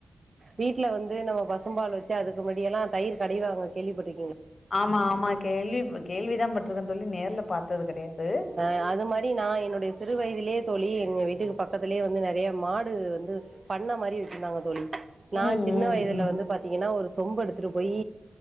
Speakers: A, on the right (about 35°); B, on the left (about 45°).
A: வீட்டு்ல வந்து நம்ம பசும்பால் வச்சு அதுக்கு முன்னடியல்லா தயிர் கடைவாங்க கேள்விப்பட்டி
B: ஆமா ஆமா கேள்வி கேள்விதா பட்டிருக்கன்ன தோழி நேர்ல பார்த்தது கெடையாது
A: அ அது மாரி நா என்னுடைய சிறு வயதிலேயே தோழி எங்க வீட்டுக்கு பக்கத்திலயே வந்து நெறைய மாடு வந்து பண்ண மாரி வச்சிருந்தாங்க தோழி நா
B: ம்
A: சின்ன
B: ம்
A: வயதுல
B: ம்
A: வந்து பாத்தீங்கன்னா ஒரு சொம்பு எடுத்துட்டு போய்